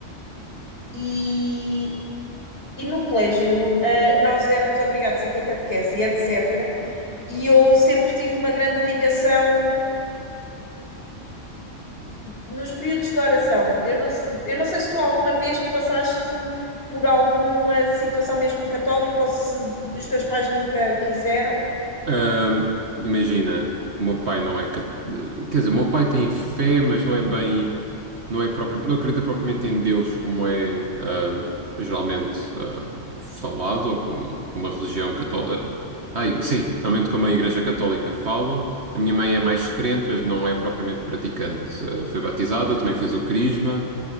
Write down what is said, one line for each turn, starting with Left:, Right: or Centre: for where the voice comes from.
Left: E, e no colégio, ah, nós éramos obrigados a ter catequese e etc. E eu sempre tive uma grande ligação nos períodos de oração, eu não, eu não sei se tu alguma vez passaste por alguma situação mesmo católica ou se os teus pais nunca quiseram.
Right: Ahm, imagina, o meu pai não é. cat- Quer dizer, o meu pai tem fé, mas não é bem. Não é próprio, não acredita propriamente em Deus, como é ahm, geralmente ahm, falado, ou como, como a religião católica. Ai, sim, normalmente como a Igreja Católica fala. A minha mãe é mais
Left: Ok,
Right: crente, mas não é propriamente praticante. Ah, foi batizada, também fez o crisma,